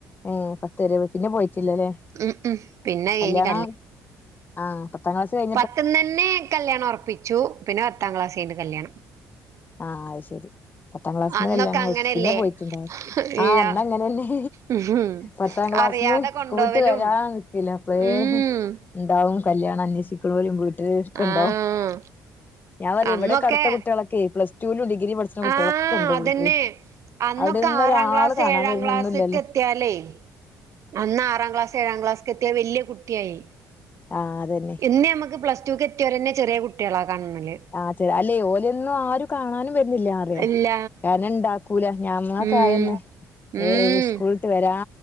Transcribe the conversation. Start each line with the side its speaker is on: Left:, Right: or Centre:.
Left: ഏഹ് പത്ത് വരെ പോയി പിന്നെ പോയിട്ടില്ലല്ലേ
Right: ഉം ഉം പിന്നെ കഴിഞ്ഞ്
Left: കല്യാണം ആഹ പത്താം ക്ലാസ്സ്‌ കയിഞ്ഞ്
Right: പത്ത്ന്ന്ന്നെ തന്നെ കല്യാണം ഉറപ്പിച്ചു പിന്നെ പത്താം ക്ലാസ് കയിഞ്ഞിട്ട് കല്യാണം
Left: ആഹ അത് ശരി പത്താം ക്ലാസ്സിന്ന്
Right: അന്നൊക്കെ
Left: കല്യാണം കഴിച്ച്
Right: അങ്ങനെയല്ലേ
Left: പിന്നെ പോയിട്ടുണ്ടാവുല
Right: ഇല്ല
Left: ആഹ് അന്ന് അങ്ങനെന്നെ
Right: ഉം
Left: പത്താം ക്ലാസ്സിന്ന്
Right: അറിയാതെ കൊണ്ടോവലും
Left: സ്കൂൾട്ട് വരാ നിക്കേല അപ്പളേ
Right: ഉം
Left: ഇണ്ടാവും കല്യാണം അന്വേഷിക്ക്ണോലും വീട്ടില് ഇരിക്ക്ണ്ടാവും
Right: ആഹ്
Left: ഞാൻ പറയും
Right: അന്നൊക്കെ
Left: ഇവിടെക്കെ അടുത്ത കുട്ടികളൊക്കെ കെ എ പ്ലസ് റ്റൂ ലും ഡിഗ്രി പഠിച്ച്ണ കുട്ട്യാളൊക്കെ
Right: ആഹ്
Left: ഇണ്ട്
Right: അതന്നെ
Left: വീട്ടിൽ
Right: അന്നൊക്കെ
Left: അവിടെന്ന്
Right: ആറാം
Left: ഒരാള്
Right: ക്ലാസ്
Left: കാണാൻ
Right: ഏഴാം
Left: വരുന്ന
Right: ക്ലാസ്ക്ക്
Left: ഒന്നും ഇല്ലല്ലോ
Right: എത്തിയാലേ അന്ന് ആറാം ക്ലാസ് ഏഴാം ക്ലാസ്ക്ക് എത്തിയാൽ വല്ല്യ കുട്ടിയായി
Left: ആഹ അതന്നെ
Right: ഇന്ന് നമ്മക്ക് പ്ലസ്ടുക്ക് എത്തിയോരെന്നെ ചെറിയ കുട്ട്യാളാ കണ്ണില്
Left: ആഹ് അല്ലേ ഓലൊന്നും ആരും കാണാനും വരുന്നില്ല പറിയ
Right: ഇല്ല
Left: കാരണം ഇണ്ടാ കൂല ഞമ്മക്കായന്ന്
Right: ഉം ഉം
Left: ഏഹ് സ്കൂളിട്ട് വരാൻ